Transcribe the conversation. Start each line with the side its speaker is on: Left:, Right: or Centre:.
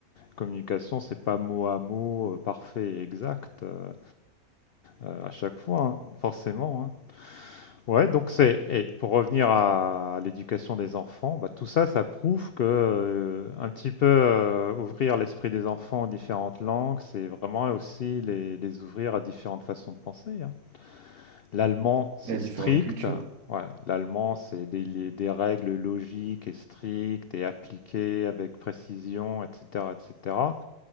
Left: Communication, c'est pas mot à mot euh, parfait et exact euh, euh, à chaque fois, hein, forcément. hein. Ouais, donc c'est, et pour revenir à l'éducation des enfants, bah, tout ça, ça prouve que euh, un petit peu euh, ouvrir l'esprit des enfants aux différentes langues, c'est vraiment aussi les, les ouvrir à différentes façons de penser. hein. L'allemand, c'est
Right: Il y a
Left: strict.
Right: différentes cultures.
Left: Ouais, l'allemand, c'est des, les- des règles logiques et strictes et appliquées avec précision, etc., etc.